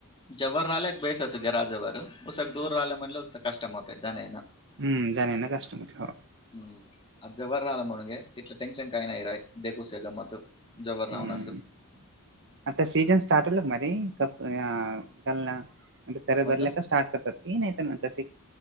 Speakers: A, on the left; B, on the right.
A: जबर राला बेस अस ग राजजवरर उसग दूर रा आलं म्हटल उस कष्टम होते जनन <unintelligible>
B: हम् जाले ना कस्ष्टमती हो.
A: हम् अज ज बर राहिला म्हनग तिथला टेनशन काही नाहीई रा दगूसे गमत <unintelligible>
B: हम्म
A: राहून असं
B: आता सीझन स्टार्ट होल का मनि कपल म्ह तर
A: कोणता
B: भरल्या का स्टार्ट करतात <unintelligible> मी नाही तर मग कसे <unintelligible>